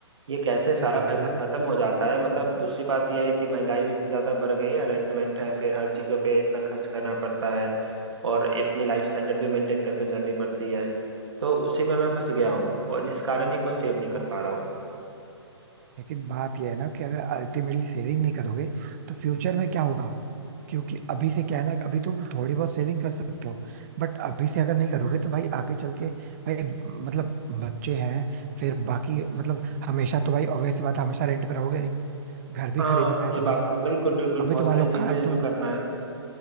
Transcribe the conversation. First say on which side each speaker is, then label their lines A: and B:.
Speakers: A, on the right; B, on the right.
A: ये कैसे
B: अरे
A: सारा
B: भाई
A: पैसा खत्म हो जाता है मतलब दूसरी बात यह है कि महंगाई भी इतनी ज्यादा बढ़ गई है रेंट वेंट है फिर हर चीजों पे इतना खर्च करना पड़ता है और अपनी लाइफ स्टैंडर्ड भी मेंटेन करके चलनी पड़ती है तो उसी में मैं फंस गया हूँ और इस कारण ही कुछ सेव नहीं कर पा रहा हूँ
B: लेकिन बात यह है ना कि अगर अल्टीमेटली सेविंग नहीं करोगे तो फ्यूचर में क्या होगा क्योंकि अभी से क्या है ना अभी तुम थोड़ी बहुत सेविंग कर सकते हो बट अभी से अगर नहीं करोगे तो भाई आगे चल के भाई मतलब बच्चे हैं फिर बाकी मतलब हमेशा तो भाई ऑब्वियस बात है, हमेशा रेंट पे रहोगे नहीं घर भी
A: हाँ
B: खरीदना है
A: ये
B: तुम्हें
A: बात तो बिल्कुल बिल्कुल
B: अभी
A: बहुत
B: तो मान
A: सारी
B: लो
A: चीजें
B: कार
A: हैं
B: तो
A: जो करना है